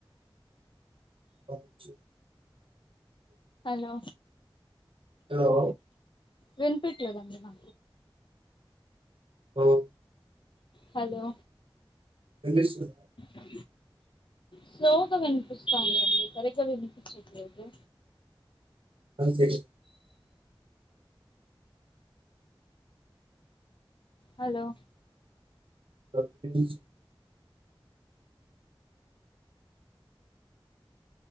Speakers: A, on the right; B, on the left.
A: పక్షు
B: హలో
A: హలో
B: వెనుపట్లో అదండి నా
A: హలో
B: హలో
A: వినిపిస్తున్న
B: అ స్లో గా వినిపిస్తుంది అండి సరిగా వినిపిించట్లేదు
A: అంతంత
B: హలో
A: త